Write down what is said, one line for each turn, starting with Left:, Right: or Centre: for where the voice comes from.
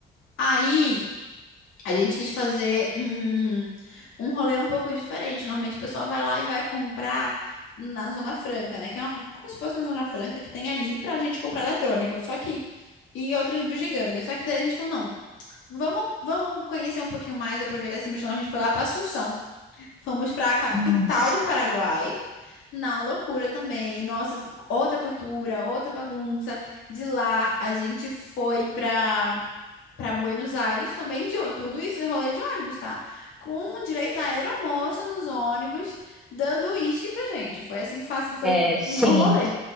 Left: Aí a gente quis fazer um, um rolê um pouco diferente. Normalmente o pessoal vai lá e vai comprar na Zona Franca, né? Que é um- como se fosse na Zona Franca que tem ali pra gente comprar eletrônico. Só que. E outras bugigangas. Só que daí a gente falou, não, vamos, vamos conhecer um pouquinho mais, aproveitar esse mochilão. A gente foi lá pra Assunção. Fomos pra capital
Centre: Nossa,
Left: do Paraguai. Na loucura também. Nossa, outra cultura, outra bagunça. De lá a gente foi pra para Buenos Aires também de ônibus. Tudo isso é rolê de ônibus, tá? Com direito a aeromoça nos ônibus, dando uísque pra gente. Foi assim, fácil, foi
Centre: é, sim.
Left: um rolê.